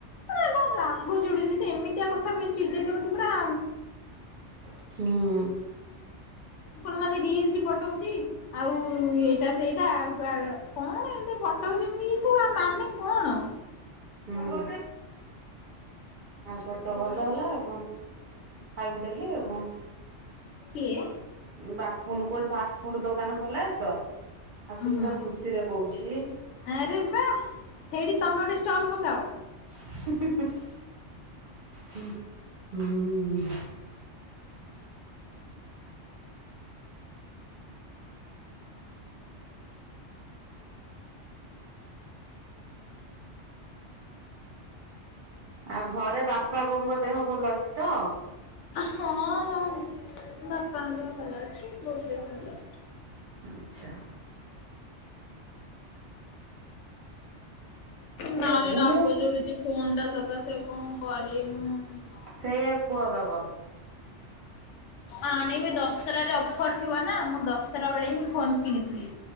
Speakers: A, on the left; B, on the right.
A: ଏ ମୋର୍ ରାଗ ଚିଡୁଚି, ସେ ଏମିତିଆ କଥା କହି ଚିଡେଇ ଦଉଚି ପୁରା।
B: ହୁଁ!
A: ପୁଣି ମତେ ରିଲ୍ସ ପଠଉଚି। ଆଉ ଏଇଟା ସେଇଟା ଆଉ କା କ'ଣ ଏମ୍ତି ଭାବୁଚି ମୁଁ ଇସବୁ ୟା ମାନେ କ'ଣ?
B: ହୁଁ ହଁ! ତୋର ତ ଭଲ ହେଲା ଆଉ ଙ୍କ ଖାଇବୁ ଡେଲି ଆଉ ଙ୍କ।
A: କିଏ?
B: ବାପୁନୁ କଉଠି ଫାଷ୍ଟ୍ ଫୁଡ୍‌ ଦୋକାନ ଖୋଲ୍ଲାଣି ତ। ଆସିକି
A: ଉହୁଁ
B: ପୁରା ଖୁସିରେ କଉଛି।
A: ଆରେ ବା ସେଇଠି ତମେ ଗୋଟେ ଷ୍ଟଲ ପକାଅ।
B: <unintelligible> ହୁ ହୁଁ ଆଉ ଘରେ ବାପା ବୋଉଙ୍କ ଦେହ ଭଲ ଅଛି ତ?
A: ହଁ ମୋ ବାପାଙ୍କ ଦେହ ଭଲ ଅଛି, ବୋଉ ଦେହ
B: ଆଚ୍ଛା! ଏ
A: ବାରି
B: ଯୋଉ ଘୁଁ
A: ରାଗ ଚିଡୁଚି, ଫୋନ୍ ଟା ସକାସେ। କ'ଣ କରିବ୍ ମୁଁ?
B: ସେଇଆ କୁଅ ଦବ।
A: ଆଣିବି ଦଶରା ରେ ଅଫର୍ ଥିବ ନା, ମୁଁ ଦଶରା ବେଳେ ହିଁ ଫୋନ୍ କିଣିଥିଲି।